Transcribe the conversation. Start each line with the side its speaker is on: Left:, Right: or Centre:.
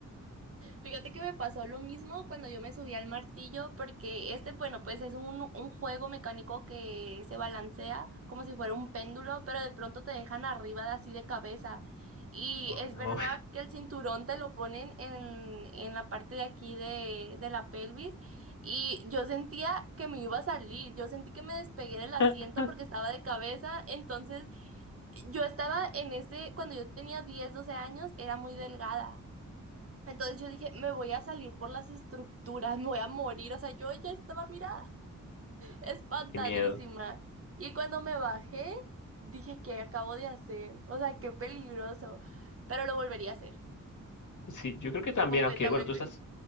Right: Fíjate que me pasó lo mismo cuando yo me subí al martillo, porque este, bueno, pues es un, un juego mecánico que se balancea como si fuera un péndulo, pero de pronto te dejan arriba de así de cabeza. Y
Left: Oh,
Right: es
Left: no,
Right: verdad que el cinturón te lo ponen en, en la parte de aquí de, de la pelvis y yo sentía que me iba a salir, yo sentí que me despegué del asiento
Left: <laughs>
Right: porque estaba de cabeza, entonces yo estaba en ese, cuando yo tenía 10 12 años, era muy delgada. Entonces yo dije, me voy a salir por las estructuras, me voy a morir. O sea, yo ya estaba, mira, espantadísima.
Left: qué miedo.
Right: Y cuando me bajé, dije, ¿qué acabo de hacer? O sea, qué peligroso. Pero lo volvería a hacer,
Left: Sí, yo creo que también,
Right: completamente.
Left: aunque bueno, tú estás